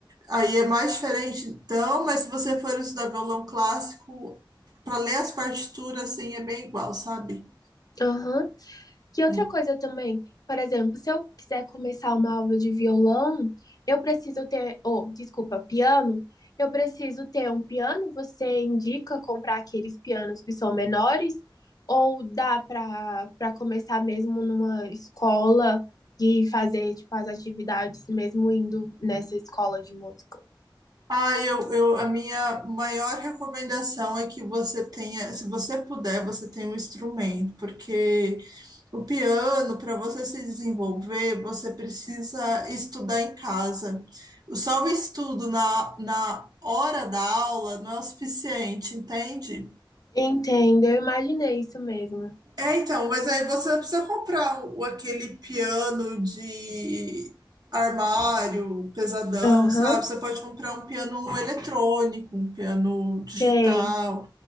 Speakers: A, on the right; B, on the left.
A: aí é mais diferente. Então, mas se você for estudar violão clássico, para ler as partituras, assim, é bem igual, sabe?
B: Aham, Que outra
A: Hum.
B: coisa também, por exemplo, se eu quiser começar uma aula de violão, eu preciso ter, ou, desculpa, piano, eu preciso ter um piano, você indica comprar aqueles pianos que são menores, ou dá para para começar mesmo numa escola e fazer tipo as atividades mesmo indo nessa escola de música.
A: Ah, eu, eu, a minha maior recomendação é que você tenha, se você puder, você tenha um instrumento, porque o piano, para você se desenvolver, você precisa estudar em casa. Só o estudo na, na hora da aula não é o suficiente, entende?
B: Entendo, eu imaginei isso mesmo.
A: É, então, mas aí você não precisa comprar o, aquele piano de armário pesadão,
B: Aham,
A: sabe? Você pode comprar um piano eletrônico, um piano digital,
B: sei.